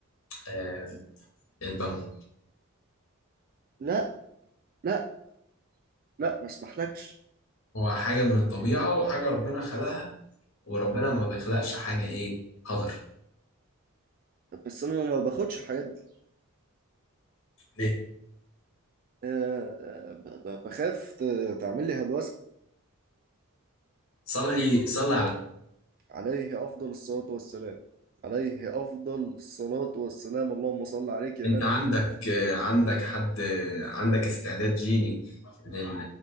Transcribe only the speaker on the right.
لا لا لا ما اسمحلكش
بس انا ما باخدش الحاجات دي
أه أه ب- ب- بخاف ت- تعمل لي هلوسة
عليه افضل الصلاة والسلام عليه افضل الصلاة والسلام اللهم صل عليك يا
نبي